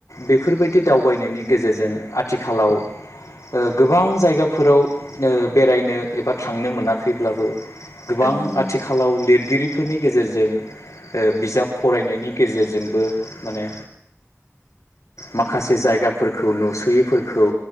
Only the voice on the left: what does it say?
बेफोरबायदि दावबायनायनि गेजेरजों आथिखालाव ओ गोबां जायगाफोराव ओ बेरायनो एबा थांनो मोनाखैब्लाबो गोबां
आथिखालाव
लिरगिरि फोरनि गेजेरजों ओ बिजाब फरायनायनि गेजेरजोंबो माने माखासे जायगाफोरखौ नुस'यैफोरखौ